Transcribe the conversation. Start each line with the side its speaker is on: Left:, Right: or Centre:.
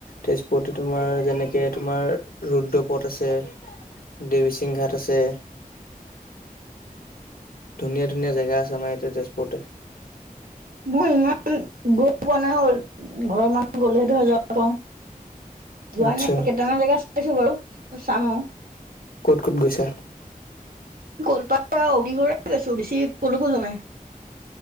Left: তেজ <unintelligible> তোমাৰ যেনেকে তোমাৰ ৰুদ্ৰক পথ আছে, দেৱীচিং‌ ঘাট আছে ধুনীয়া ধুনীয়া জেগা আছে আমাৰ ইয়াতে তেজপুৰতে।
Right: মই ইমান গৈ পোৱা নাই, ঘৰৰ মানুহ গ'লেহে ধৰ যাব পাওঁ। যোৱা
Left: আচ্ছা।
Right: নাই, কেটামান জেগা চাইছো বাৰু, চাম আও।
Left: ক'ত ক'ত গৈছা?
Right: <unintelligible> অগ্নিগড় গৈছো, বেছি কলকো‌ যোৱা নাই।